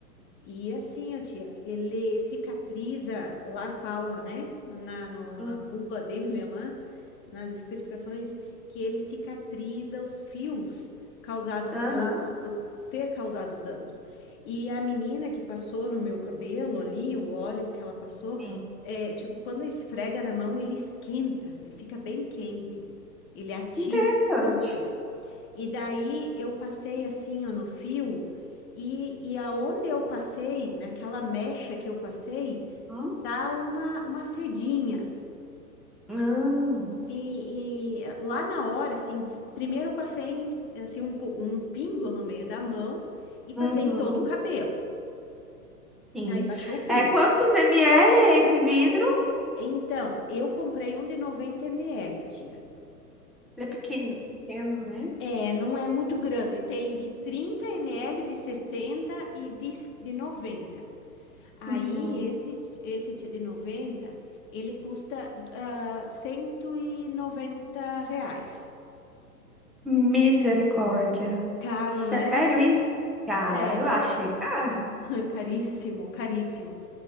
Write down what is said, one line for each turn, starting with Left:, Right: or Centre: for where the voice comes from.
Left: E assim, ó, tia, ele cicatriza, lá fala, né, na, no-
Centre: Hum,
Left: na bula <laughs> dele lá, nas especificações, que ele cicatriza os fios causados
Centre: Aham.
Left: danos, por ter causado os danos. E a menina que passou no meu cabelo ali, o óleo que ela passou,
Centre: Sim.
Left: é, tipo, quando esfrega na mão, ele esquenta, ele fica bem quente, ele ativa
Centre: Interessante.
Left: o produto. E daí eu passei assim, ó, no fio, e, e aonde eu passei, naquela mecha que eu passei,
Centre: Hum.
Left: tá uma, uma sedinha.
Centre: Hum.
Left: E, e lá na hora, assim, primeiro eu passei assim um, po- um pingo no meio da mão e passei
Centre: Uhum.
Left: em todo o cabelo.
Centre: Sim.
Left: Daí baixou o frizz.
Centre: É, quantos ml é esse vidro?
Left: Então, eu comprei um de 90 ml, tia.
Centre: Ele é pequeno, pequeno, né?
Left: É, não é muito grande, tem de 30 ml, de 60 e de, de noventa Aí,
Centre: Uhum.
Left: esse, esse tia de 90 ele custa ah, 190 reais.
Centre: Misericórdia.
Left: Caro,
Centre: Sério
Left: né?
Centre: isso? Caro,
Left: Sério,
Centre: achei caro.
Left: <laughs> caríssimo, caríssimo.